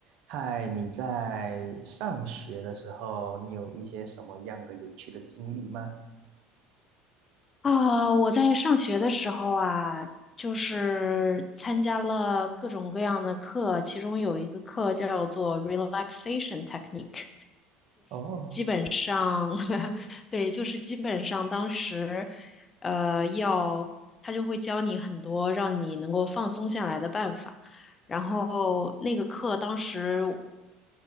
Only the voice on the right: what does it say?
嗨，你在上学的时候，你有一些什么样的有趣的经历吗？
哦，